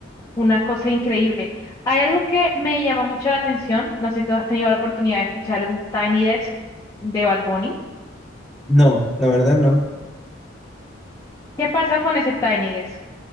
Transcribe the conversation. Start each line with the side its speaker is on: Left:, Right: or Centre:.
Left: Una cosa increíble. Hay algo que me llama mucho la atención. No sé si tú has tenido la oportunidad de escuchar un Tiny Desk de Bad Bunny.
Centre: no, la verdad no.
Left: ¿Qué pasa con ese Tiny Desk?